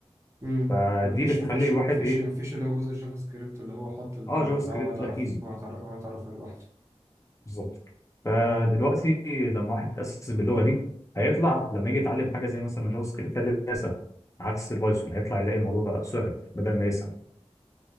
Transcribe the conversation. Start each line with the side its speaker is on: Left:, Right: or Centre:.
Right: امم
Left: فدي
Right: مفيش
Left: بتخلي
Right: مفيش
Left: الواحد
Right: مفيش
Left: ايه
Right: مفيش اللي هو جزء الجافا سكريبت اللي هو حط البتاع
Left: اه جافا سكريبت
Right: هو يتعرف
Left: لا ايزي
Right: هو يتعرف هو يتعرف عليه لوحده
Left: بالظبط فدلوقتي
Right: اه
Left: لما واحد يتأسس باللغة دي هيطلع لما يجي يتعلم حاجة زي مثلا جافا سكريبت هيلاقيها سهلة عكس البايثون هيطلع يلاقي الموضوع بقى صعب بدل ما يسهل